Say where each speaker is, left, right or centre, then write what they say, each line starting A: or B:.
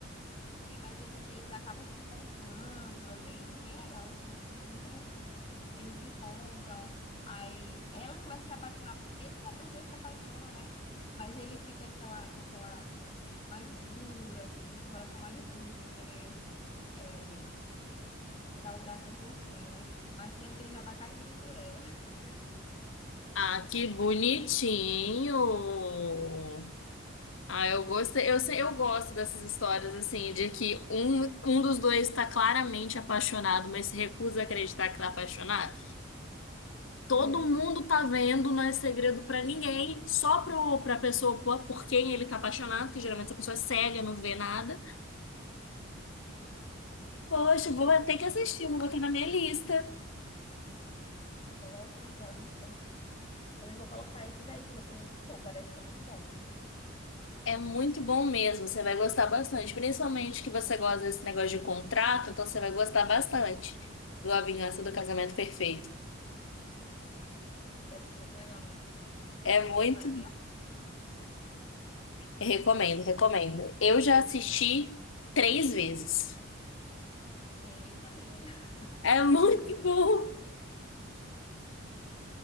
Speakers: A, on the left; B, on the left.
A: Enfim, mas eles, eles acabam se encontrando. É bem, bem legal, assim, a trama é bem interessante. Eles se encontram, aí ela começa a se apaixonar. por- Eles se, os dois se apaixonam, né? Mas ele fica aquela, naquela mais duro, assim, com o coração mais duro, sem querer é, dar o braço a torcer, né? Mas sendo que ele já tá caidinho por ela. <laughs>
B: Ah, que bonitinho! Ah, eu gostei, eu sei, eu gosto dessas histórias assim, de que um, um dos dois está claramente apaixonado, mas se recusa a acreditar que tá apaixonado. Todo
A: Isso.
B: mundo tá vendo, não é segredo pra ninguém, só pro, pra pessoa por, por quem ele tá apaixonado, que geralmente essa pessoa é cega, não vê nada. Poxa,
A: E
B: vou ter que assistir, vou botar na minha lista.
A: coloca na tua lista. Também vou colocar esses aí que você indicou, parece ser muito bons.
B: É muito bom mesmo, você vai gostar bastante, principalmente que você gosta desse negócio de contrato, então você vai gostar bastante do A Vingança do Casamento Perfeito.
A: Deve ser muito legal mesmo. Eu Vou,
B: É
A: vou
B: muito
A: colocar na minha.
B: Recomendo, recomendo. Eu já assisti três vezes.
A: Eita, menina, <laughs>
B: É muito
A: é muito
B: <laughs> bom.
A: bom.